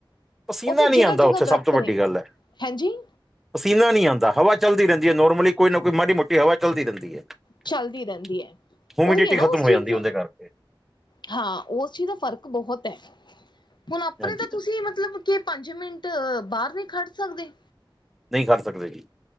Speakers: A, in the centre; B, on the left (about 60°).
A: ਪਸੀਨਾ
B: ਉੱਥੇ ਜਗ੍ਹਾ-ਜਗ੍ਹਾ
A: ਨਹੀਂ ਆਉਂਦਾ ਉੱਥੇ
B: ਦਰਖਤ
A: ਸਭ ਤੋਂ ਵੱਡੀ
B: ਨੇ,
A: ਗੱਲ ਹੈ
B: ਹੈਂ ਜੀ।
A: ਪਸੀਨਾ ਨੀ ਆਂਦਾ, ਹਵਾ ਚੱਲਦੀ ਰੈਂਦੀ ਏ, ਨੋਰਮਲੀ ਕੋਈ ਨਾ ਕੋਈ ਮਾੜੀ ਮੋਟੀ ਹਵਾ ਚੱਲਦੀ ਰਹਿੰਦੀ ਏ।
B: ਚੱਲਦੀ ਰਹਿੰਦੀ
A: <unintelligible>
B: ਹੈ
A: ਹੀਊਮਡਿਟੀ
B: ਉਹੀ ਹੈ ਨਾ
A: ਖਤਮ
B: ਉਸ
A: ਹੋ
B: ਚੀਜ਼
A: ਜਾਂਦੀ
B: ਦਾ
A: ਆ ਓਦੇ ਕਰਕੇ।
B: ਹਾਂ, ਉਸ ਚੀਜ਼ ਦਾ ਫ਼ਰਕ ਬਹੁਤ ਹੈ, ਹੁਣ ਆਪਣੇ
A: ਹਾਂਜੀ
B: ਤਾਂ ਤੁਸੀਂ ਮਤਲਬ। ਕੀ ਪੰਜ ਮਿੰਟ, ਬਾਹਰ ਨਹੀਂ ਖੜ ਸਕਦੇ।
A: ਨਹੀਂ ਖੜ ਸਕਦੇ, ਜੀ।